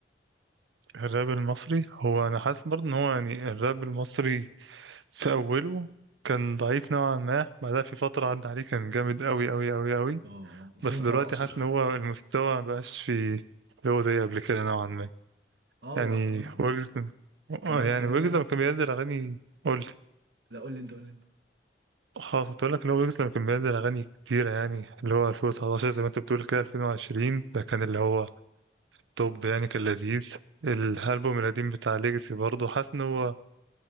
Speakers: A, on the right; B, on the right.
A: الراب المصري هو انا حاسس برضه ان هو يعني الراب المصري في اوله كان ضعيف نوعا ما بعدها في فترة عدى عليه كان جامد قوي قوي قوي قوي
B: اه 2019
A: بس دلوقتي حاسس ان هو المستوى مبقاش في اللي هو زي قبل كده نوعا ما
B: اه
A: يعني
B: وكمان
A: ويجز
B: كمان
A: آه، يعني
B: كمان
A: ويجز
B: يعني
A: لما كان بينزل اغاني قول لي
B: لا قول لي انت قول لي انت
A: خلاص كنت اقول لك اللي هو ويجز لما كان بينزل اغاني كتيرة يعني اللي هو 2019 زي ما انت بتقول كده 2020 ده كان اللي هو طب يعني كان لذيذ الألبوم القديم بتاع ليجاسي برضه حاسس إن هو